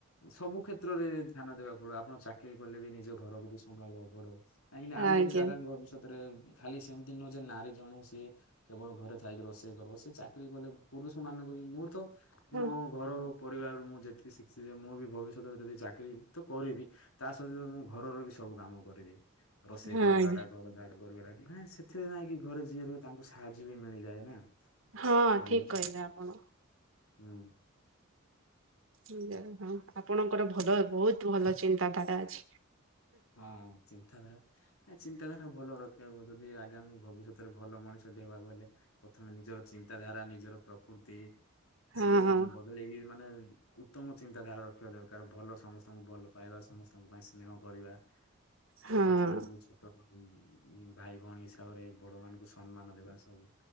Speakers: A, on the left; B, on the right.
A: ସବୁ କ୍ଷେତ୍ରରେ ଧ୍ୟାନ ଦେବାକୁ ପଡିବ ଆପଣ ଚାକିରି କଲେ ବି ନିଜ ଘରକୁ ବି ସମ୍ଭାଳିବାକୁ ପଡିବ। କାହିଁକିନା ଆମେ
B: ଆଜ୍ଞା।
A: ବି ଜାଗା ଭବିଷ୍ୟତରେ ଖାଲି ସେମିତି ନୁହଁ ଯେ ନାରୀ ଜଣେ ସିଏ କେବଳ ଘରେ ଥାଇକି ରୋଷେ ଚାକିରୀ କରିବ ସେ ଚାକିରୀ କଲେ ପୁରୁଷ ମାନଙ୍କୁ ବି ମୁଁ ତ
B: ହଁ
A: ମୋ ଘର ପରିବାରରୁ ମୁଁ ଯେତିକି ଶିଖଚି ଯେ ମୁଁ ବି ଭବିଷ୍ୟତରେ ଯଦି ଚାକିରି ତ କରିବି ତା ସହିତ ମୁଁ ଘରର ବି ସବୁ କାମ କରିବି ରୋଷେଇ
B: ହଁ
A: କରିବା
B: ଆଜ୍ଞା।
A: ଟା ଘର କା <unintelligible> ସେଥିରେ ନାଇଁକି ଘରେ ଯିଏ ରୁହେ ତାଙ୍କୁ ସାହାଯ୍ୟ ବି ମିଳିଯାଏ ନା।
B: ହଁ
A: କରିବା।
B: ଠିକ କହିଲେ ଆପଣ।
A: ହୁଁ।
B: ଆଜ୍ଞା ହଁ ଆପଣଙ୍କର ଭଲ ବୋହୁତ ଭଲ ଚିନ୍ତାଧାରା ଅଛି।
A: ହଁ ଚିନ୍ତାଧାରା। ଆ ଚିନ୍ତାଧାରା ଭଲ ରଖିବାକୁ ଯଦି ଆଗାମୀ ଭବିଷ୍ୟତରେ ଭଲ ମଣିଷଟିଏ ହବାକୁ ହେଲେ ପ୍ରଥମେ ନିଜ ଚିନ୍ତାଧାରା ନିଜର ପ୍ରକୃତି
B: ହଁ
A: ସବୁ ବଦଳେଇକି ମାନେ ଉତ୍ତମ ଚିନ୍ତାଧାରା ରଖିବା ଦରକାର ଭଲ ସମସ୍ତଙ୍କୁ ଭଲ ପାଇବା ସମସ୍ତଙ୍କ ପାଇଁ ସ୍ନେହ କରିବା
B: ହଁ
A: ଛୋଟୋ ଛୁଆଙ୍କୁ ଛୋଟୋ ଉଁ ଉଁ ଭାଇ ଭଉଣୀ ହିସାବରେ ବଡ ମାନଙ୍କୁ ସମ୍ମାନ ଦେବା ସବୁ।